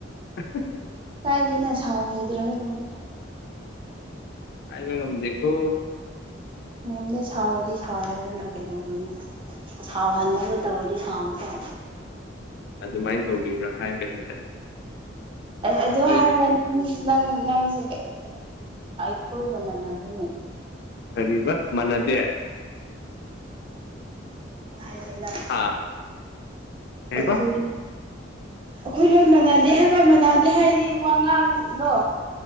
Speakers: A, on the left; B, on the right.
A: <unintelligible>
B: ꯀꯥꯏꯗꯦꯅ ꯁꯥꯎꯕꯤꯗ꯭ꯔꯒ ꯂꯣꯏꯔꯦ
A: ꯍꯥꯏꯕꯥ ꯉꯝꯗꯦ ꯀꯣ
B: ꯉꯔꯝꯗꯦ ꯁꯥꯥꯎꯔꯗꯤ ꯁꯥꯥꯎꯔꯦꯗꯅ ꯀꯩꯗꯧꯔꯅꯤ ꯁꯥꯎꯍꯟꯅꯕ ꯇꯧꯕꯗꯤ ꯁꯥꯎꯅ ꯇꯧꯕꯕ
A: ꯑꯗꯨꯃꯥꯏꯅ ꯇꯧꯕꯤꯕ꯭ꯔꯥ ꯍꯥꯏꯕꯗꯨꯗ
B: ꯑꯗꯨ ꯍꯥꯏꯒ
A: ꯏ
B: ꯅꯪ ꯅꯪ ꯅꯪꯁꯦ ꯀꯩ ꯑꯩꯈꯣꯏꯒ ꯃꯅꯗꯅꯦ
A: ꯀꯔꯤꯕ ꯃꯥꯟꯅꯗꯦ
B: ꯍꯥꯏꯅ ꯅꯪ
A: ꯍꯥ ꯀꯩꯕ
B: ꯑꯩꯈꯣꯏꯗꯤ ꯑꯩꯈꯣꯏ ꯂꯣꯏ ꯃꯥꯟꯅꯗꯦ ꯍꯥꯏꯕ ꯃꯥꯟꯅꯗꯦ ꯍꯥꯏꯗꯤ ꯋꯥꯉꯥꯡꯅꯣ